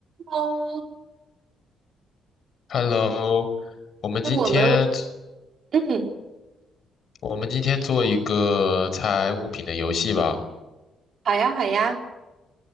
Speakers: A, on the right; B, on the left.
A: 哦，
B: Hello，我们今天
A: 那我们嗯，
B: 我们今天做一个猜物品的游戏吧。
A: 好呀，好呀，